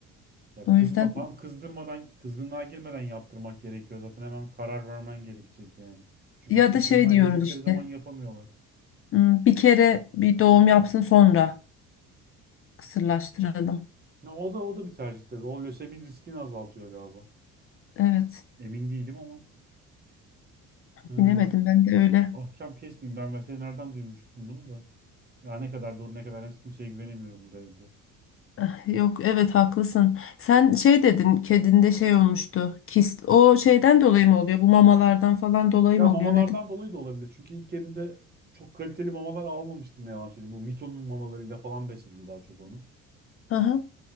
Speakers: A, on the right; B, on the left.
A: Ya
B: O
A: kızma
B: yüzden
A: tam kızdırmadan kızgınlığa girmeden yaptırmak gerekiyor. Zaten hemen karar vermen gerekecek yani. Çünkü
B: ya
A: kızgınlığa
B: da şey diyoruz
A: girdikleri
B: işte.
A: zaman yapamıyorlar.
B: hmm, Bir kere bir doğum yapsın sonra kısırlaştıralım.
A: Ya o da o da bir tercih tabii. O lösemi riskini azaltıyor galiba.
B: Evet.
A: Emin değilim ama. Ee,
B: Bilemedim ben de öyle.
A: ahkam kesmeyeyim. Ben veterinerden duymuştum bunu da. Ya ne kadar doğru ne kadar yanlış kimseye güvenemiyorum bu devirde.
B: Ah, Yok evet haklısın. Sen şey dedin kedinde şey olmuştu. Kist. O şeyden dolayı mı oluyor? Bu mamalardan falan dolayı
A: Ya
B: mı
A: mamalardan
B: oluyor? Neden?
A: dolayı da olabilir. Çünkü ilk kedimde çok kaliteli mamalar almamıştım ne yalan söyleyeyim. Bu Mito'nun mamalarıyla falan besledim daha çok onu.
B: Aha.